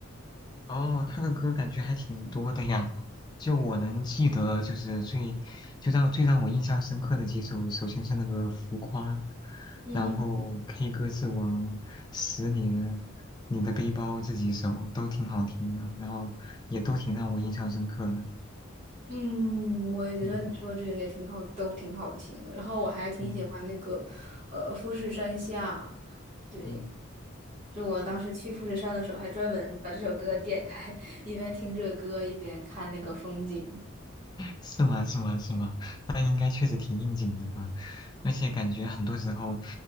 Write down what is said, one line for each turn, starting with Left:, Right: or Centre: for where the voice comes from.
Left: 哦，他的歌感觉还挺多的呀，就我能记得就是最就让最让我印象深刻的几首，首先是那个《浮夸》，
Right: 嗯
Left: 然后《K 歌之王》《十年》。你的背包这几首都挺好听的，然后也都挺让我印象深刻的。
Right: 嗯，我也觉得你说的这个也挺好，
Left: 嗯
Right: 都挺好听的。然后我还挺喜欢那个呃富士山下，
Left: 嗯。
Right: 对，
Left: 嗯。
Right: 就我当时去富士山的时候，还专门把这首歌点开，<laughs> 一边听这个歌，一边看那个风景。
Left: 是吗？是吗？是吗？那应该确实挺应景的吧？而且感觉很多时候，